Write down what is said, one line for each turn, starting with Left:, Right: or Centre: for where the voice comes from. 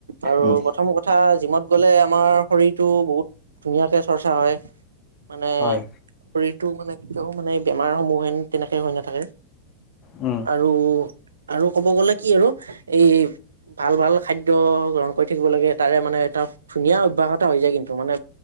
Right: আৰু
Left: উম,
Right: প্ৰথম কথা জিমত গ'লে আমাৰ শৰীৰটো বহুত ধুনীয়াকে চৰ্চা হয় মানে
Left: হয়
Right: শৰীৰ টো মানে কেতিয়াও মানে বেমাৰ সমূহেন তেনেকে হৈ নাথাকে
Left: উম,
Right: আৰু আৰু ক'ব গ'লে কি আৰু এই ভাল ভাল খাদ্য গ্ৰহণ কৰি থাকিব লাগে তাৰে মানে এটা ধুনীয়া অভ্যাস এটা হৈ যায় কিন্তু মানে